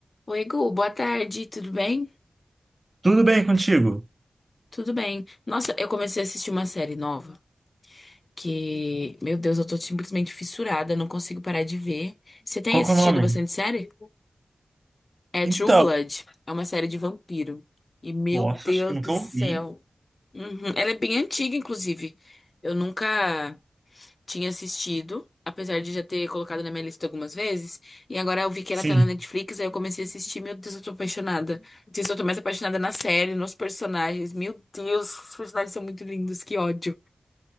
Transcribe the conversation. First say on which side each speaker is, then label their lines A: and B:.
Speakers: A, on the left; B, on the right.
A: Oi, Gu, boa tarde, tudo bem?
B: Tudo bem contigo?
A: Tudo bem. Nossa, eu comecei a assistir uma série nova que, meu Deus, eu tô simplesmente fissurada, não consigo parar de ver. Você tem
B: Qual
A: assistido
B: que é o nome?
A: bastante série? É
B: Então,
A: True Blood, é uma série de vampiro. E, meu
B: nossa,
A: Deus
B: acho que eu nunca
A: do céu.
B: ouvi.
A: Uhum, Ela é bem antiga, inclusive. Eu nunca. tinha assistido, apesar de já ter colocado na minha lista algumas vezes, e agora eu vi que
B: Sim.
A: ela tá na Netflix, aí eu comecei a assistir, meu Deus, eu tô apaixonada. Não sei se eu tô mais apaixonada na série, nos personagens. Meu Deus, os personagens são muito lindos, que ódio.